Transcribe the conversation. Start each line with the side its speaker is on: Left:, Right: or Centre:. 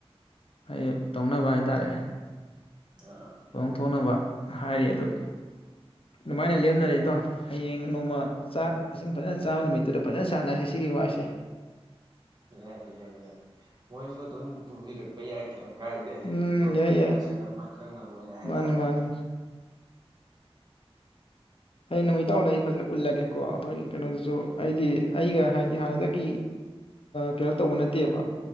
Left: ꯑꯩ ꯇꯧꯅꯕꯥꯏ ꯇꯥꯔꯦ
Right: ꯑꯥ
Left: ꯂꯣꯡꯊꯣꯛꯅꯕ ꯍꯥꯏꯔꯤ ꯑꯗꯨ ꯑꯗꯨꯃꯥꯏꯅ ꯂꯦꯞꯅꯔꯦ ꯏꯇꯥꯎ ꯍꯌꯦꯡ ꯅꯣꯡꯃ ꯆꯥꯛ ꯏꯁꯤꯡ ꯐꯖꯅ ꯆꯥꯕ ꯅꯨꯃꯤꯠꯇꯨꯗ ꯐꯖꯅ ꯁꯥꯟꯅꯁꯤ ꯁꯤꯒꯤ ꯋꯥꯔꯤꯁꯦ
Right: ꯌꯥꯏ ꯌꯥꯏ ꯌꯥꯏ ꯃꯣꯏꯁꯨ ꯑꯗꯨꯝ ꯄꯨꯕꯤꯔꯛꯄ ꯌꯥꯏ ꯀꯌꯥꯝ ꯀꯥꯏꯗꯦ ꯍꯥꯏꯗꯤ
Left: ꯎꯝ
Right: ꯄꯨꯂꯞ
Left: ꯌꯥꯏ
Right: ꯄꯨꯟꯅ
Left: ꯌꯥꯏ
Right: ꯁꯛꯈꯪ ꯃꯥꯏꯈꯪꯅꯕ ꯑꯣꯏꯅ ꯍꯥꯏꯇꯥꯔꯦ
Left: ꯃꯥꯅꯤ ꯃꯥꯅꯤ
Right: ꯑ
Left: ꯍꯩ ꯅꯨꯃꯤ ꯏꯇꯥꯎꯗ ꯑꯩ ꯐꯖꯅ ꯎꯠꯂꯒꯦ ꯀꯣ ꯑꯈꯣꯏꯒꯤ ꯀꯩꯅꯣꯗꯨꯁꯨ ꯑꯩꯗꯤ ꯑꯩꯒ ꯍꯥꯏꯗꯤ ꯍꯥꯟꯅꯗꯒꯤ ꯀꯩꯅꯣ ꯇꯧꯕ ꯅꯠꯇꯦꯕ